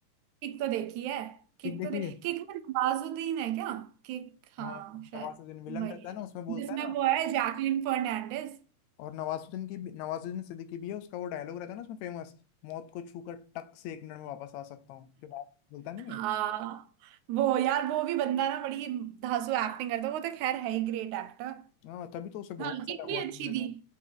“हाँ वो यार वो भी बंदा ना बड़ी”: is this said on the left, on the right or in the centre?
Right